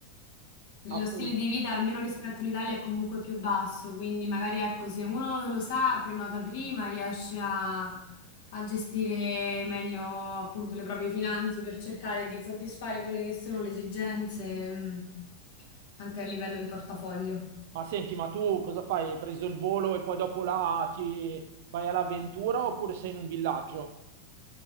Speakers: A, on the left; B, on the right.
A: Lo
B: assolutamente.
A: stile di vita, almeno rispetto all'Italia, è comunque più basso, quindi magari ecco, se uno lo sa, prenota prima, riesce a, a gestire meglio appunto le proprie finanze per cercare di soddisfare quelle che sono le esigenze, mh, anche a livello di portafoglio.
B: Ma senti, ma tu cosa fai? Hai preso il volo e poi dopo là ti vai all'avventura oppure sei in un villaggio?